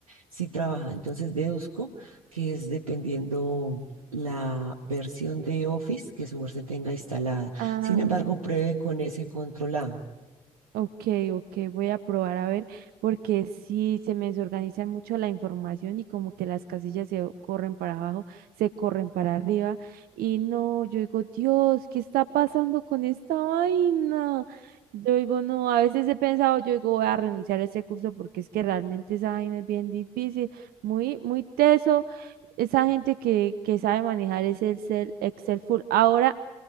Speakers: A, on the right; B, on the right.
A: sí trabaja. Entonces deduzco que es dependiendo la versión de Office que su merced tenga instalada.
B: Ah,
A: Sin embargo, pruebe con ese control A.
B: ok, ok, voy a probar a ver, porque sí se me desorganiza mucho la información y como que las casillas se corren para abajo, se corren para arriba y no, yo digo, Dios, ¿qué está pasando con esta vaina? Yo digo, no, a veces he pensado, yo digo, voy a renunciar a ese curso porque es que realmente esa vaina es bien difícil, muy, muy teso. Esa gente que, que sabe manejar ese Excel, Excel full. Ahora